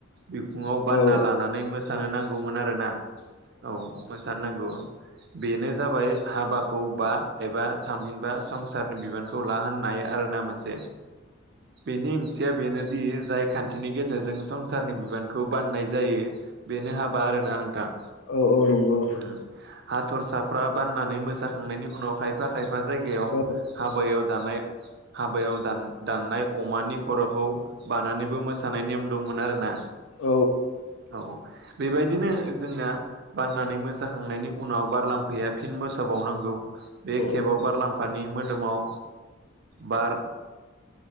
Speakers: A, on the right (about 55°); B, on the left (about 80°).
A: बिखुङाव बानना
B: औ
A: लानानै मोसानो नांगौमोन आरो ना। औ मोसाननांगौ बेनो जाबाय हाबाखौ बा एबा थामहिनबा संसारनि बिबानखौ लाहोनो हायो आरोना मोनसे बेनि थिया बेनोदि जाय खान्थिनि गेजेरजों संसारनि बिबानखौ बान्नाय जायो बेनो हाब बा आरोना नोंथां।
B: औ औ नंगौ।
A: उम हाथरसाफ्रा बाननानै मोसाखांनायनि उनावहाय खायफा खै बा जायगायाव
B: औ
A: हाबायाव दानाय हाबायाव दान दाननाय अमानि खर'खौ बानानैबो मोसानाय नेम दंमोन आरो ना
B: औ
A: औ। बेबायदिनो जोंना बाननानै मोसाखांनायनि उनाव बारलाम्फाया फिन मोसा बावनांगौ बे
B: औ
A: केेबाव बारलाम्फानि मो दोमाव बार।